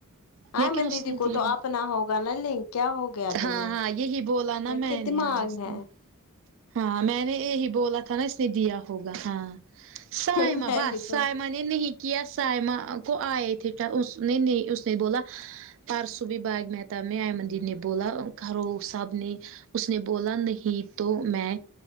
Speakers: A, on the right; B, on the left.
A: لیکن
B: ایئمن
A: اس
B: دیدی
A: نے
B: کو
A: دیا
B: تو اب نا ہوگا نا لنک کیا ہو گیا تمہیں
A: ہاں ہاں یہی بولا نا میں
B: کہ
A: نے
B: دماغ
A: ہاں اس
B: ہے
A: نے ہاں میں نے یہی بولا تھا نا اس نے دیا ہوگا ہاں سائما
B: میں
A: بس
B: بھی تو
A: سائما نے نہیں کیا سائما کو آئے تھےکیا اس نے نہیں اس نے بولا پارسو بھی باغ مہتا میں مندر میں بولا کرو سب نے اس نے بولا نہیں تو میں